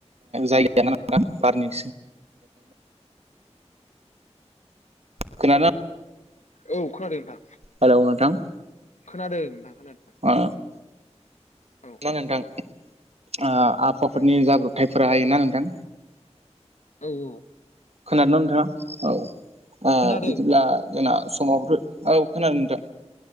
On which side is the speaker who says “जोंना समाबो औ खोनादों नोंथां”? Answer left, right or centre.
Right